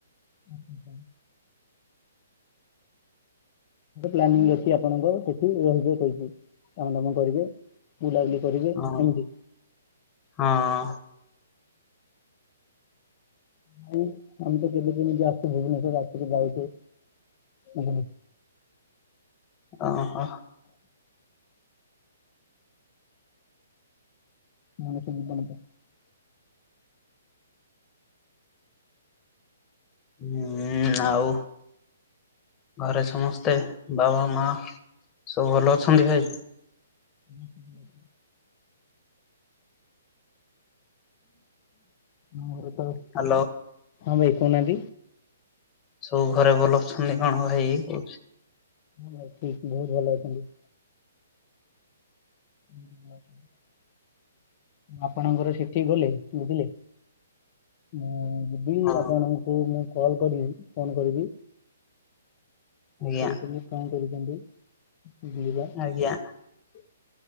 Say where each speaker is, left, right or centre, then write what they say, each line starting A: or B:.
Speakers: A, on the left (about 40°); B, on the left (about 25°).
A: ଆ <unintelligible> ପ୍ଲାନିଂ ରଖି ଆପଣଙ୍କ ସେଠି ରହିବେ କହିଠି କାମ ଦାମ କରିବେ। ବୁଲାବୁଲି କରିବେ
B: ହଁ
A: ଏମିତି।
B: ହଁ
A: ନାଇଁ ଆମ ତ ବୁଲି ବୁଲି କଯସ୍ତ ଭୁବନେଶ୍୍ୱର ଆସି ଯାଉଛୁ। ହୁ ହୁଁ।
B: ଅ ହଁ।
A: ନଣକ ବଣକ <unintelligible>
B: ହୁଁ ଆଉ ଘରେ ସମସ୍ତେ ବାବା ମା ସବୁ ଭଲ ଅଛନ୍ତି ଭାଇ?
A: ହଁ ହୁ। ମୋର ତ ହଁ
B: ହ୍ୟାଲୋ
A: ଭାଇ କହୁନାହାନ୍ତି।
B: ସବୁ ଘରେ ଭଲ ଅଛନ୍ତି କଣ ଭାଇ କହୁଛି।
A: ହଁ ଠିକ ବହୁତ ଭଲ ଅଛନ୍ତି। ହୁଁ <unintelligible> ଆପଣଙ୍କର ସେଠି ଗଲେ ବୁଝିଲେ ଉଁ ଯିବି
B: ହଁ
A: ଆପଣଙ୍କୁ ମୁଁ କଲ୍ କରିବି ଫୋନ୍ କରିବି।
B: ଆଜ୍ଞା
A: ରହୁି କଣ କରୁଛନ୍ତି। <unintelligible>
B: ଆଜ୍ଞା